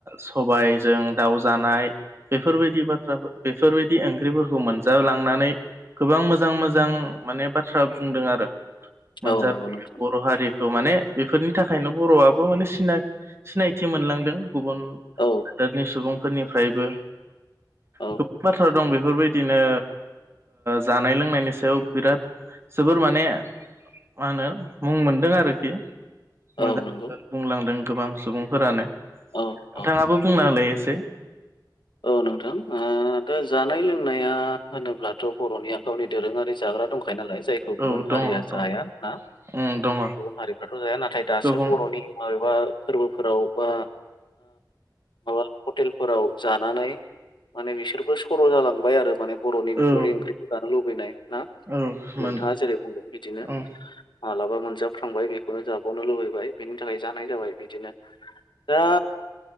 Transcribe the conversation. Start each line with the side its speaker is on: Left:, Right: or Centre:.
Right: सबायजों दाउ जानाय। बेफोरबायदि बाथ्रा बेफोरबायदि ओंख्रिफोरखौ मोनजालांनानै गोबां मोजां मोजां माने बाथ्रा बुंदों आरो मोनजा
Left: औ नंगौ नोंथां
Right: बर' हारिखौ माने बेफोरनि थाखायनो बर'आबो माने सिनायथि मोनलांदों। गुबुन
Left: औ
Right: हादोरनि सुबुंफोरनिफ्रायबो
Left: औ
Right: गोबां बाथ्रा दं बेफोरबायदिनो जानाय लोंनायनि सायाव बिराद जोबोर माने मा होनो मुं मोनदों आरोखि मोजाङ
Left: औ नंगौ
Right: बुंलांदों गोबां सुबुंफोरानो नोंथांङाबो
Left: औ औ
Right: बुंना होलाय एसे
Left: औ नोंथां दा जानाय लोंनाया होनोब्लाथ' बर'निया गावनि दोरोंङारि जाग्रा दंखायो। नालाय जायखौ
Right: औ
Left: गुबुन
Right: दङ
Left: हारिया
Right: दङ
Left: जाया ना
Right: उम दङ
Left: गुबुन हारिफ्राथ' जाया नाथाय दासो
Right: गोबां
Left: बर'नि माबेबा फोरबोफोराव बा माबा हटेलफोराव जानानै माने बिसोरबो सर' जालांबाय आरो माने बर'नि बेफोरबायदि
Right: औ
Left: ओंख्रिखौ जानो लुबैनाय। ना
Right: औ मोन
Left: नोंथांङा जेरै बुंदों बिदिनो
Right: उम
Left: माबलाबा मोनजाबख्रांबाय बेखौनो जाबावनो लुुबैबाय बेनि थाखाय जानाय जाबाय बिदिनो दा